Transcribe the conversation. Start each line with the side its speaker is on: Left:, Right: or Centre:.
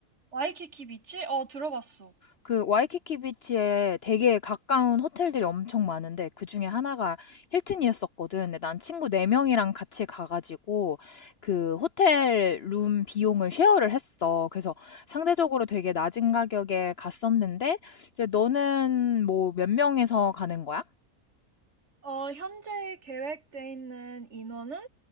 Right: 와이키키 비치? 어, 들어봤어.
Left: 그 와이키키 비치에 되게 가까운 호텔들이 엄청 많은데 그 중에 하나가 힐튼이었었거든. 근데 난 친구 네명이랑 같이 가가지고 그 호텔 룸 비용을 쉐어를 했어. 그래서 상대적으로 되게 낮은 가격에 갔었는데 이제 너는 뭐 몇 명에서 가는 거야?
Right: 어, 현재 계획돼 있는 인원은